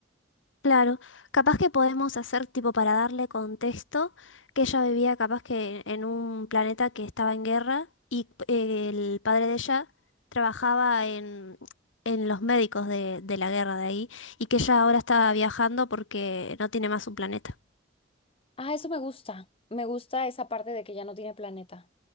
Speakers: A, on the left; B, on the left.
A: Claro, capaz que podemos hacer tipo para darle contexto que ella vivía capaz que en un planeta que estaba en guerra y eh, el padre de ella trabajaba en, en los médicos de, de la guerra de ahí y que ella ahora estaba viajando porque no tiene más un planeta.
B: Ah, eso me gusta. Me gusta esa parte de que ya no tiene planeta.